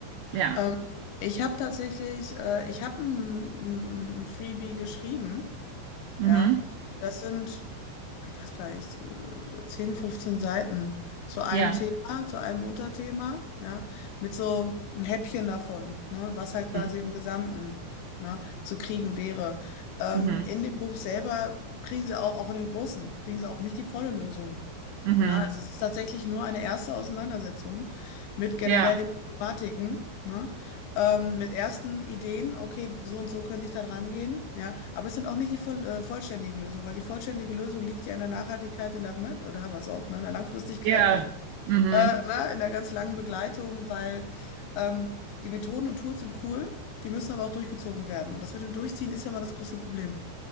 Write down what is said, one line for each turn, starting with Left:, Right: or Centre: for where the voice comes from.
Right: Ja.
Left: Ähm, ich habe tatsächlich, äh, ich habe ein, ein Freebie geschrieben.
Right: Mhm.
Left: Ja, das sind, boah, ich weiß gar nicht, äh, 10, 15 Seiten zu einem
Right: Ja.
Left: Thema, zu einem Unterthema. Ja, mit so einem Häppchen davon, ne, was halt quasi
Right: Mhm.
Left: im Gesamten, ne, zu kriegen wäre. Ähm,
Right: Mhm.
Left: in dem Buch selber kriegen sie auch, auch in dem Großen, kriegen sie auch nicht die volle Lösung.
Right: Mhm.
Left: Ja, es ist tatsächlich nur eine erste Auseinandersetzung mit generell
Right: Ja.
Left: den Problematiken, ne? Ähm, mit ersten Ideen, okay, so und so könnte ich da dran gehen, ja. Aber es sind auch nicht die voll, äh, vollständigen Lösungen, weil die vollständige Lösung liegt ja in der Nachhaltigkeit, in der, ne? Oder haben wir es auch, ne? In der Langfristigkeit
Right: Ja.
Left: auch,
Right: Mhm.
Left: äh, ne? In der ganz langen Begleitung, weil ähm, die Methoden und Tools sind cool, die müssen aber auch durchgezogen werden. Und das mit dem Durchziehen ist ja mal das große Problem,